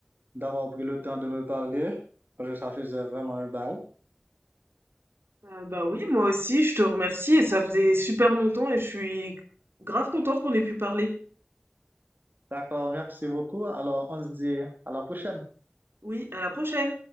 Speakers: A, on the right; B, on the right.
A: d'avoir pris le temps de me parler parce que ça faisait vraiment un bail.
B: Euh, bah oui moi aussi je te remercie et ça faisait super longtemps et je suis grave contente qu'on ait pu parler.
A: D'accord, merci beaucoup. Alors, on se dit à la prochaine.
B: Oui à la prochaine.